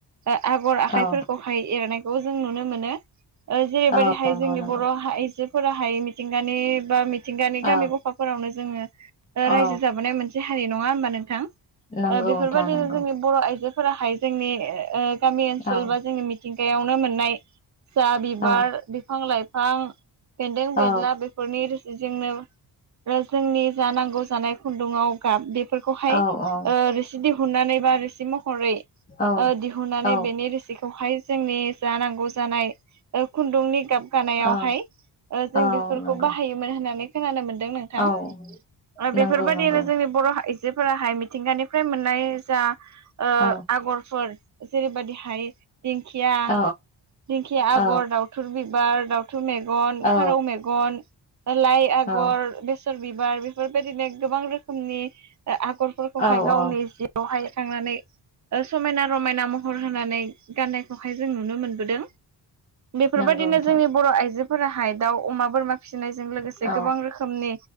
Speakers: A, on the right (about 40°); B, on the left (about 20°).
A: ओ आगर आखाइफोरखौहाय
B: औ
A: एरनायखौ जों नुनो मोनो। ओ जेरैबायदिहाय
B: औ नंगौ
A: जोंनि
B: नंगौ
A: बर' आइजोफोराहाय मिथिंगानि बा मिथिंगानि गामि
B: औ
A: गफाफोरावनो जोङो ओ
B: औ
A: रायजो जाबोनाय मोनसे हारि नङा होमबा नोंथां। ओ
B: नंगौ
A: बेफोरबायदिनो
B: नोंथां नंगौ
A: जोंनि बर' आइजोफोराहाय जोंनि ओ गामि ओनसोल
B: औ
A: बा जोंनि मिथिंगायावनो मोननाय जा बिबार
B: औ
A: बिफां लाइफां बेन्दों
B: औ
A: बेन्ला बेफोरनि रो जोंनो जोंनि जा नांगौ जानाय खुन्दुङाव गाब बे फोरखौहाय
B: औ औ
A: ओ रोसि दिहुननानै बा रोसि महरै ओ
B: औ
A: दिहु <unintelligible>
B: औ
A: बेनि रोसिखौहाय जोंनि जा नांगौ जानाय खुन्दुंनि गाब गानायावहाय
B: औ
A: ओ जों
B: औ
A: बेसफोरखौ
B: नंगौ
A: बाहायोमोन होननानै खोनानो मोन दों नोंथां ओ
B: औ नंगौ
A: बेफोरबायदिनो
B: नंगौ
A: जोंनि बर' आइजोफोराहाय मिथिंगानिफ्राय मोननाय जा ओ
B: औ
A: आगरफोर जेरैबायदिहाय दिंखिया
B: औ
A: दिंखिया
B: औ
A: आगर दावथुर बिबार दउ थु मेग
B: औ
A: फारौ मेगन लाइ आगर
B: औ
A: बेसर बिबार बेफोरबायदिनो गोबां रोखोमनि आगरफोरखौहाय
B: औ
A: गावनि
B: औ
A: जिआवहाय थनानै समायना रमायना महर होनानै गाननायखौहाय जों नुनो मोनबोदों बेफोरबायदिनो
B: नंगौ नोंथां
A: जोंनि बर' आइजोफोराहाय दाउ अमा बोरमा फिसिनायजों लोगोसे
B: औ
A: गोबां रोखोमनि